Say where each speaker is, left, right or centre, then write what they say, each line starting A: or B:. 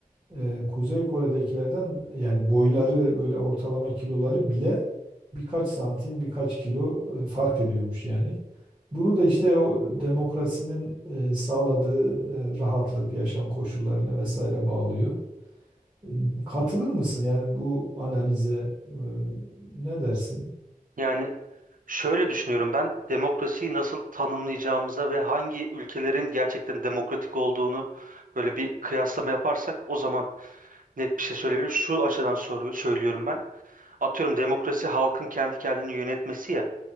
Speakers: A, on the right; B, on the right.
A: e, Kuzey Kore'dekilerden yani boyları böyle ortalama kiloları bile birkaç santim birkaç kilo e, fark ediyormuş yani. Bunu da işte o demokrasinin e, sağladığı e, rahatlık, yaşam koşullarına vesaire bağlıyor. E, Katılır mısın yani bu analize e, ne dersin?
B: Yani şöyle düşünüyorum ben demokrasiyi nasıl tanımlayacağımıza ve hangi ülkelerin gerçekten demokratik olduğunu böyle bir kıyaslama yaparsak o zaman net bir şey söyleyebilirim. Şu açıdan soru söylüyorum ben. Atıyorum demokrasi halkın kendi kendini yönetmesi ya.